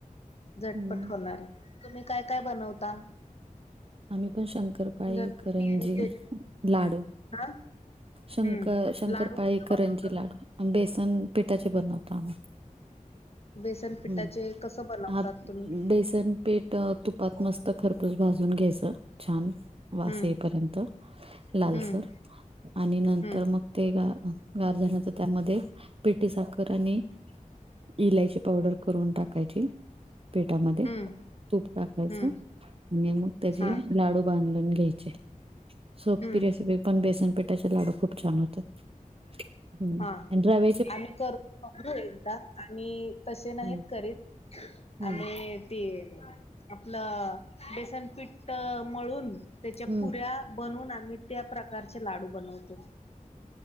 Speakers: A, on the left; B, on the right.
A: झटपट
B: हं
A: होणारी. तुम्ही काय काय बनवता?
B: आम्ही पण शंकरपाळी,
A: गणपती
B: करंजी,
A: आणि ते
B: लाडू.
A: ना हम्म
B: शंकर शंकर
A: लाडू
B: पाळी,
A: कस
B: करंजी
A: बनव
B: आणि लाडू. बेसन पिठाचे बनवतो आम्ही.
A: बेसन पिठाचे
B: हम्म.
A: कसं बनवतात
B: ह
A: तुम्ही
B: बेसन पीठ, तुप- -पात मस्त खरपूस भाजून घ्यायचं छान. वास
A: हम्म
B: येईपर्यंत लालसर
A: हम्म
B: आणि नंतर
A: हम्म
B: मग- ते गार गार झाल त त्यामध्ये पिटी साखर आणि- इलायची पावडर करून टाकायची. पिठामध्ये
A: हम्म
B: तुप टाकायचं
A: हम्म
B: आणि मग त्याचे-
A: हा
B: लाडू बांधून घ्यायचे. सोप्पी
A: हम्म
B: रेसीपी- पण बेसन पिठाचे लाडू खूप छान होतात. हम.
A: हा
B: आन रव्या-
A: आम्ही करून बघू एकदा. आम्ही तसे नाहीत
B: हम्म
A: करीत.
B: हम्म
A: आम्ही- ते आपलं बेसनपीठ मळून त्याच्या
B: हम्म
A: पुऱ्या- बनवून. आम्ही त्या प्रकारचे लाडू बनवतो.